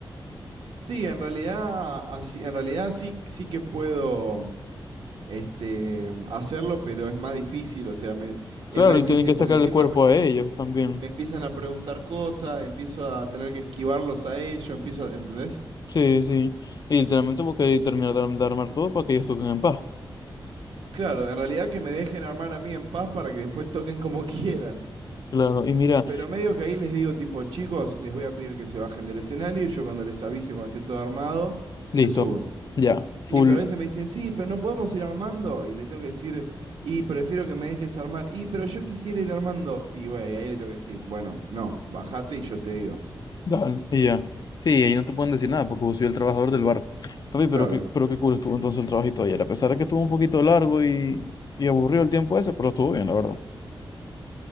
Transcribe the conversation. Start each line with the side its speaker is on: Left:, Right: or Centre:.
Right: Sí, en realidad, así, en realidad sí, sí que puedo este, hacerlo, pero es más difícil, o sea, me- es
Left: Claro,
Right: más difícil
Left: y tienen que
Right: porque
Left: sacar
Right: encima
Left: el cuerpo
Right: me,
Left: a ellos también.
Right: me empiezan a preguntar cosas, empiezo a tener que esquivarlos a ellos, empiezo a, ¿entendés?
Left: Sí, sí. Y literalmente vos querés terminar de, arm- de armar todo para que ellos toquen en paz.
Right: Claro, en realidad que me dejen armar a mí en paz para que después toquen como <laughs> quieran.
Left: Claro, y mira,
Right: Pero medio que ahí les digo, tipo, chicos, les voy a pedir que se bajen del escenario y yo cuando les avise, cuando esté todo armado, se
Left: listo.
Right: suben.
Left: Ya,
Right: Sí,
Left: full,
Right: pero a veces me dicen, sí, pero no podemos ir armando. Y le tengo que decir, y prefiero que me dejes armar. Y, pero yo quisiera ir armando. Y bueno, ahí le tengo que decir, bueno, no, bajate y yo te digo.
Left: Dale, y ya. Sí, ahí no te pueden decir nada porque vos soy el trabajador del bar. Papi,
Right: Claro.
Left: pero qué, pero qué cool estuvo entonces el trabajito ayer. A pesar de que estuvo un poquito largo y, y aburrido el tiempo ese, pero estuvo bien, la verdad.